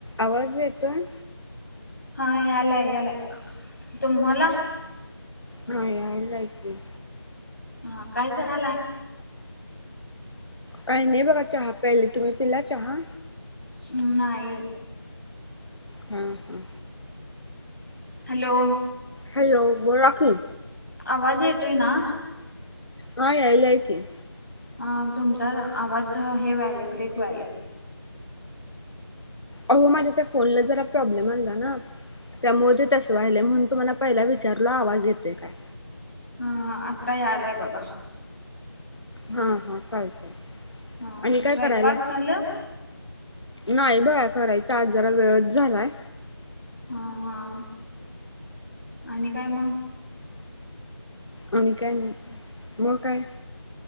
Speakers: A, on the left; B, on the left.
A: आवाज येतोय?
B: हा यालाय यालाय. तुम्हाला?
A: हा यायला की.
B: हा काय करायलाय?
A: काही नाही बघा चहा प्याली. तुम्ही पिला चहा?
B: अं नाही.
A: हं हं.
B: हॅलो,
A: हॅलो, बोला की.
B: आवाज येतोय ना?
A: हा यायलाय की.
B: अं तुमचा आवाज जरा हे व्हायला. ब्रेक व्हायला.
A: अहो माझ्या त्या फोनला जरा प्रॉब्लेम आला ना. त्यामुळे ते तसं व्हायले. म्हणून तुम्हाला पहिला विचारला आवाज येतोय काय?
B: हं, आता यालाय बघा.
A: हं हं चालतंय.
B: हा
A: आणि काय
B: स्वयंपाक
A: करायला?
B: झालं
A: नाही बया करायचा, आज जरा वेळच झालाय.
B: हा हा आणि काय म?
A: आणि काय नाही. म काय?